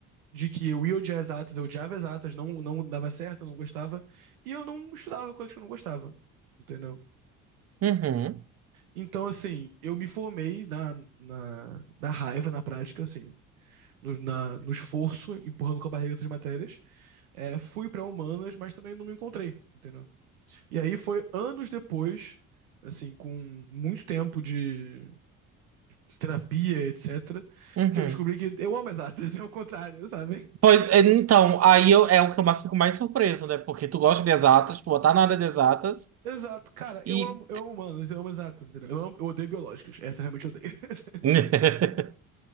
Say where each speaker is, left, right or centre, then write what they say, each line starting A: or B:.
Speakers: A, on the right (about 85°); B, on the right (about 35°).
A: de que eu ia odiar exatas, eu odiava exatas, não, não dava certo, eu não gostava, e eu não estudava coisas que eu não gostava, entendeu?
B: Uhum.
A: Então, assim, eu me formei na, na, na raiva, na prática, assim, no, na, no esforço, empurrando com a barriga essas matérias, é, fui pra humanas, mas também não me encontrei, entendeu? E aí foi anos depois. Assim, com muito tempo de terapia, etc.,
B: Uhum.
A: que eu descobri que eu amo exatas, é o <laughs> contrário, sabe?
B: Pois, é, então, aí eu, é o que eu mais- fico mais surpreso, né? Porque tu gosta de exatas, tu tá na área de exatas
A: Exato, cara,
B: e.
A: eu amo, eu amo humanos, eu amo exatas, entendeu? Eu, amo- eu odeio biológicas, essa eu realmente odeio. <laughs>
B: <laughs>